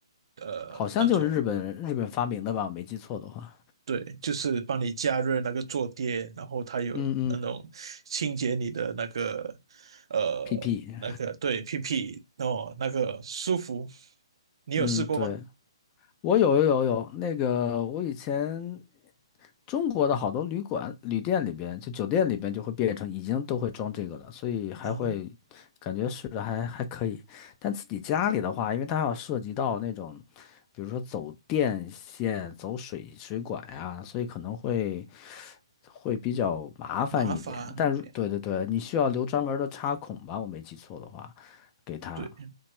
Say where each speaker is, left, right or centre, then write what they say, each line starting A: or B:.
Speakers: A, on the right; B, on the left.
A: 呃，
B: 好像就是日本日本发明的吧，
A: 那种，
B: 我没记错的话
A: 对，就是帮你加热那个坐垫，然后它有那种清洁你的那个，
B: 嗯嗯
A: 呃，
B: ，PP。
A: 那个对屁屁哦，那个舒服，你有试过吗？
B: 嗯，对，我有有有有，那个我以前中国的好多旅馆、旅店里边，就酒店里边就会变成已经都会装这个了，所以还会
A: 啊。
B: 感觉试着还还可以。但自己家里的话，因为它要涉及到那种，比如说走电线、走水水管呀、所以可能会会比较麻烦一点。
A: 麻烦点，
B: 但如对对对，你需要留专门儿的插孔吧？我没记错的话，给它，
A: 对对，